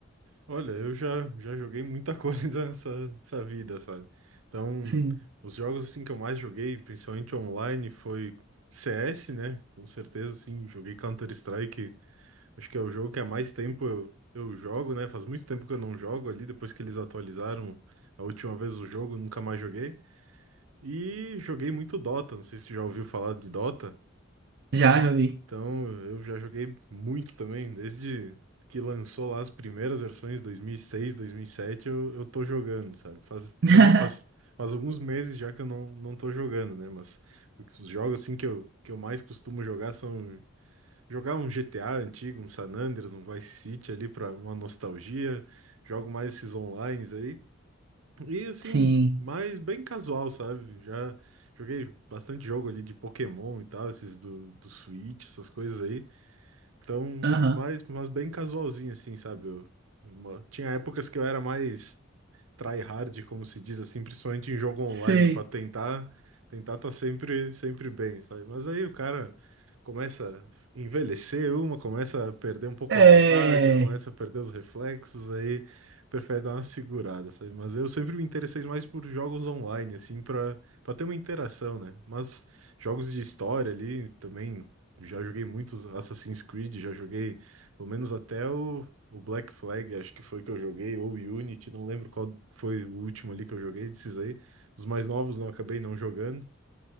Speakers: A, on the right (about 85°); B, on the right (about 55°).
A: Olha, eu já, já joguei muita <laughs> coisa nessa, nessa vida, sabe? Então,
B: Sim,
A: os jogos assim que eu mais joguei, principalmente online, foi CS, né? Com certeza, assim, joguei Counter-Strike. Acho que é o jogo que há mais tempo eu, eu jogo, né? Faz muito tempo que eu não jogo ali, depois que eles atualizaram a última vez o jogo, nunca mais joguei. E joguei muito Dota, não sei se tu já ouviu falar de Dota.
B: já, já vi.
A: Então, eu já joguei muito também, desde que lançou lá as primeiras versões, 2006, sete eu, eu tô jogando, sabe? Faz,
B: <laughs>
A: também faz, faz alguns meses já que eu não, não tô jogando, né? Mas os jogos, assim, que eu, que eu mais costumo jogar são... Jogar um GTA antigo, um San Andreas, um Vice City ali pra uma nostalgia. Jogo mais esses onlines aí. E, assim,
B: Sim.
A: mais bem casual, sabe? Já joguei bastante jogo ali de Pokémon e tal, esses do, do Switch, essas coisas aí. Então,
B: Aham,
A: mais, mas bem casualzinho, assim, sabe? Eu, eu mo- tinha épocas que eu era mais tryhard, como se diz assim, principalmente em jogo online,
B: sei.
A: pra tentar tentar tá sempre, sempre bem, sabe? Mas aí o cara começa a envelhecer uma, começa a perder um pouco
B: É...
A: a vontade, começa a perder os reflexos, aí prefere dar uma segurada, sabe? Mas eu sempre me interessei mais por jogos online, assim, pra, pra ter uma interação, né? Mas jogos de história ali também já joguei muitos Assassin's Creed, já joguei pelo menos até o, o Black Flag, acho que foi que eu joguei, ou o Unity, não lembro qual foi o último ali que eu joguei desses aí. Os mais novos não acabei não jogando,